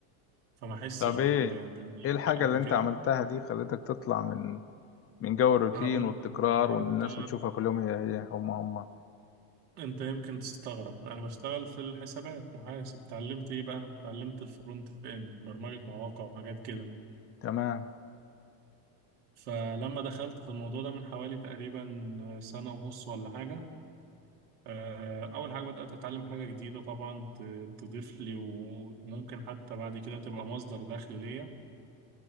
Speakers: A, on the right (about 85°); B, on the left (about 30°).
A: فما أحسش
B: طب
A: بال
B: ايه
A: بالملل
B: ايه الحاجة
A: ده قد
B: اللي
A: كده
B: انت عملتها دي خلتك تطلع من من جو الروتين
A: هقول
B: والتكرار
A: لك آه،
B: وان
A: أنت
B: الناس بتشوفها كل يوم هي هي هم هم
A: أنت يمكن تستغرب أنا بشتغل في الحسابات محاسب اتعلمت إيه بقى اتعلمت الفرونت إند برمجة مواقع وحاجات كده
B: تمام
A: فلما دخلت في الموضوع ده من حوالي تقريبا سنة ونص ولا حاجة آه، أول حاجة بدأت أتعلم حاجة جديدة طبعا ت- تضيف لي وممكن حتى بعد كده تبقى مصدر دخل ليا